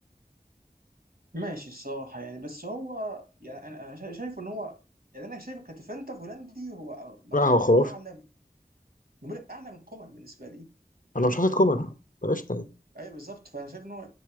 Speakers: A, on the right; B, on the left.
A: ماشي الصراحه يعني بس هو يعني انا أنا شا- شايف ان هو يعني انا شايفه كديفندر هولندي هو مكانه
B: لا هو خرافي
A: اعلى نمرق اعلى من كومان بالنسبه لي
B: انا مش حاطط كومان بلاش تاني
A: ايوه بالظبط فانا شايف ان هو